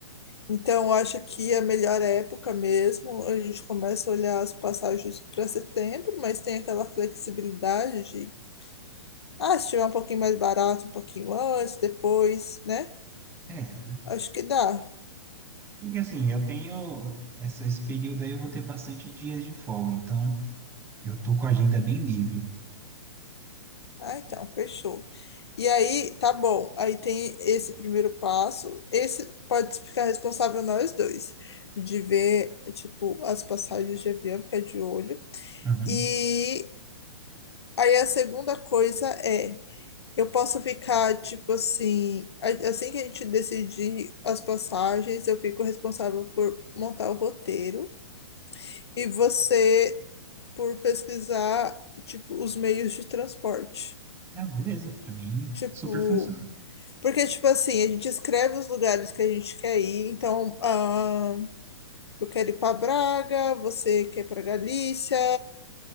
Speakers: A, on the left; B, on the right.
A: Então, eu acho que é a melhor época mesmo. A gente começa a olhar as passagens para setembro, mas tem aquela flexibilidade de, ah, se tiver um pouquinho mais barato, um pouquinho antes, depois, né?
B: É,
A: Acho que dá.
B: Porque assim, eu tenho essa- esse período aí, eu vou ter bastante dias de folga, então eu tô com a agenda bem livre.
A: Ah, então, fechou. E aí, tá bom. Aí tem esse primeiro passo. Esse pode ficar responsável nós dois, de ver, tipo, as passagens de avião, ficar de olho.
B: Uhum.
A: E aí a segunda coisa é, eu posso ficar, tipo assim, a- assim que a gente decidir as passagens, eu fico responsável por montar o roteiro e você por pesquisar, tipo, os meios de transporte.
B: Ah, beleza, pra mim
A: Tipo,
B: super funciona.
A: Porque, tipo assim, a gente escreve os lugares que a gente quer ir. Então, ah, eu quero ir para Braga, você quer ir para Galícia.